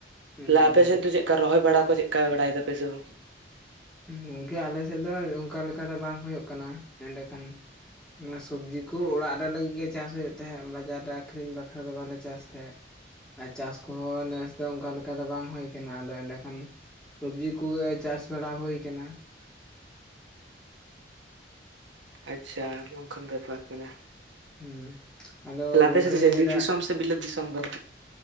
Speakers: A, in the centre; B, on the right.
A: ᱦᱩᱸ
B: ᱟᱯᱮ ᱥᱮᱫ ᱫᱚ ᱪᱮᱫ? ᱠᱟ ᱨᱚᱦᱚᱭ ᱵᱟᱲᱟ ᱠᱚ ᱪᱮᱫ ᱠᱟ ᱵᱟᱲᱟᱭ ᱫᱟᱯᱮ ᱥᱮ ᱵᱟᱝ?
A: ᱦᱩᱸ ᱜᱚᱝᱠᱮ ᱟᱞᱮᱥᱮᱫ ᱫᱚ ᱚᱱᱠᱟ ᱞᱮᱠᱟ ᱫᱚ ᱵᱟᱝ ᱦᱩᱭᱩᱜ ᱠᱟᱱᱟ ᱮᱸᱰᱮᱠᱷᱟᱱ ᱾ ᱚᱣᱟ ᱥᱚᱵᱽᱡᱤ ᱠᱚ ᱚᱲᱟᱜ ᱨᱮ ᱞᱟᱹᱜᱤᱫ ᱜᱮ ᱪᱟᱥ ᱦᱩᱭᱩᱜ ᱛᱟᱦᱮᱸᱫ ᱵᱟᱡᱟᱨ ᱨᱮ ᱟᱹᱠᱷᱨᱤᱧ ᱵᱟᱠᱷᱨᱟ ᱫᱚ ᱵᱟᱞᱮ ᱪᱟᱥ ᱛᱟᱦᱮᱸᱫ ᱾ ᱟᱨ ᱪᱟᱥ ᱠᱚᱦᱚᱸ ᱱᱮᱥ ᱫᱚ ᱚᱱᱠᱟ ᱞᱮᱠᱟ ᱫᱚ ᱵᱟᱝ ᱦᱩᱭ ᱠᱟᱱᱟ ᱟᱫᱚ ᱮᱸᱰᱮᱠᱷᱟᱱᱼᱼ ᱥᱚᱵᱽᱡᱤ ᱠᱩ ᱜᱮ ᱪᱟᱥ ᱵᱟᱲᱟ ᱦᱩᱭ ᱠᱟᱱᱟ ᱾
B: ᱟᱪᱪᱷᱟ ᱱᱚᱝᱠᱟᱱ ᱵᱮᱯᱟᱨ ᱠᱟᱱᱟ ᱾
A: ᱦᱩᱸ ᱟᱫᱚ ᱜᱚᱝᱠᱮ
B: ᱟᱯᱮ ᱥᱮᱫ ᱫᱚ
A: ᱞᱤᱧ
B: ᱪᱮᱫ
A: ᱞᱟᱹᱭᱫᱟ
B: ᱵᱤᱨ ᱫᱤᱥᱚᱢ ᱥᱮ ᱵᱤᱞᱟᱹᱛ ᱫᱤᱥᱚᱢ ᱠᱟᱱᱟ?